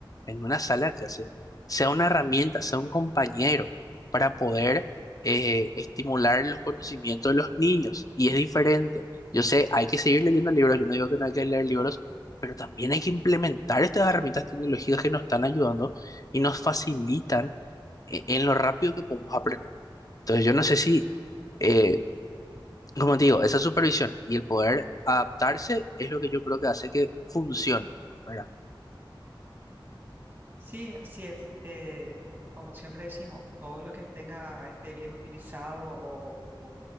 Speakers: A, on the left; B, on the right.
A: en una sala de clase sea una herramienta, sea un compañero para poder eh, estimular los conocimientos de los niños. Y es diferente. Yo sé, hay que seguir leyendo libros. Yo no digo que no hay que leer libros, pero también hay que implementar estas herramientas tecnológicas que nos están ayudando y nos facilitan e- en lo rápido que podemos aprender. Entonces, yo no sé si, eh, como te digo, esa supervisión y el poder adaptarse es lo que yo creo que hace que funcione, ¿verdad?
B: Sí, así es. Eh, como siempre decimos, todo lo que tenga esté bien utilizado o o